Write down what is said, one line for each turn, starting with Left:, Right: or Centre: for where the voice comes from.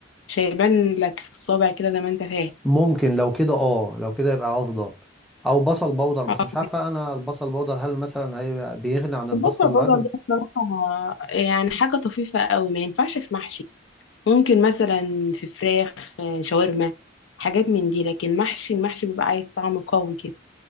Left: مش هيبان لك في الصابع كده زي ما انت فاهم
Centre: ممكن لو كده اه لو كده يبقى افضل او بصل بودر
Left: اه
Centre: بس مش عارفه انا البصل بودر هل مثلا هي بيغني عن البصل
Left: البصل
Centre: العادي
Left: برضه عندنا بصراحة يعني حاجة طفيفة قوي ما ينفعش في محشي ممكن مثلا في فراخ آه، شاورما حاجات من دي لكن محشي المحشي بيبقى عايز طعم قوي كده